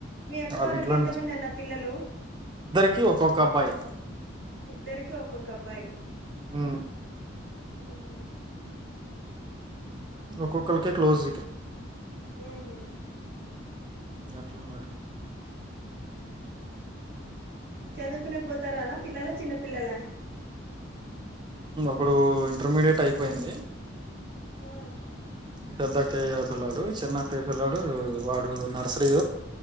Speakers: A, on the right; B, on the right.
A: మీ అక్క
B: వాళ్ళ
A: వాళ్ళకి
B: ఇంట్లో
A: ఎంతమంది అన్న పిల్లలు
B: కి ఒక్కొక్క అబ్బాయి
A: ఇద్దరికి ఒక్కొక్క అబ్బాయి
B: అ
A: మ్
B: ఒక్కో కల్కే క్లోజ్
A: ఊహు
B: అట్లు ఉన్నారు
A: చదువుకునే పోతార అన్న పిల్లల చిన్న పిల్లల
B: ఇప్పుడూ ఇంటర్మీడియట్ అయిపోయింది
A: ఆ
B: పెద్దక్కయ్ పిల్లాడు చిన్నక్కయ్ పిల్లాడు వాడు నర్సరీ